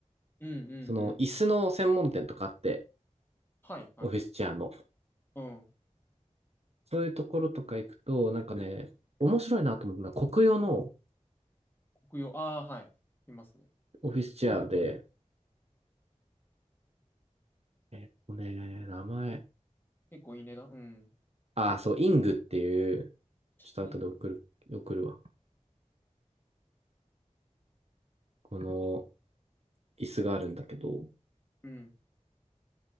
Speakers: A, on the left; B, on the right.
A: うんうんうん。
B: その、椅子の専門店とかあって、
A: はいはい。
B: オフィスチェアの。
A: うん。
B: そういうところとか行くと、なんかね、面白いなと思うのは、国用の
A: 国用。ああ、はい。いますね。
B: オフィスチェアで、えっとね、名前、
A: 結構いい値段。うん。
B: あ、そう、イングっていう、ちょっと後で送る、
A: リング。
B: 送るわ。この、椅子があるんだけど、
A: うん。